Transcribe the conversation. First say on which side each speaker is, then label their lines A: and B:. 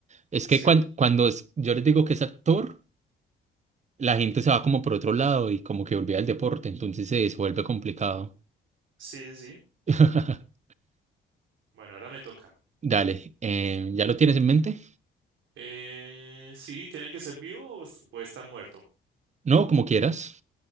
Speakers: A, on the right; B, on the right.
A: Es
B: Sí,
A: que cuando, cuando es- yo les digo que es actor, la gente se va como por otro lado y como que olvida el deporte, entonces se, se vuelve complicado.
B: sí, sí, sí.
A: <laughs>
B: Bueno, ahora me toca.
A: Dale, eh, ¿ya lo tienes en mente?
B: Eh, sí, tiene que ser vivo o es- puede estar muerto.
A: No, como quieras.